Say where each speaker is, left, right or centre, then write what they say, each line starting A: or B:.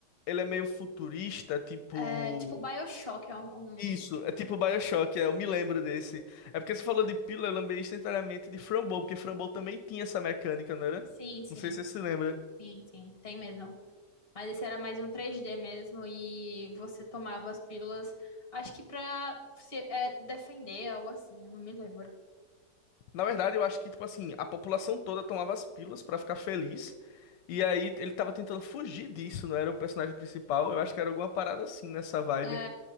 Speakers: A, on the left; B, on the left.
A: ele é meio futurista, tipo
B: É, tipo Bioshock, é um,
A: isso,
B: um-
A: é tipo BioShock, é, eu me lembro desse. É porque você falou de pílula, eu lembrei instantaneamente de Framboesa, porque Framboesa também tinha essa mecânica, não era?
B: Sim, sim,
A: Não sei se você se lembra.
B: sim, sim, tem mesmo. Mas esse era mais um 3D mesmo e você tomava as pílulas, acho que pra se é, defender, algo assim, eu não me lembro.
A: Na verdade, eu acho que, tipo assim, a população toda tomava as pílulas pra ficar feliz. E aí ele tava tentando fugir disso, não era o personagem principal. Eu acho que era alguma parada assim nessa vibe.
B: É,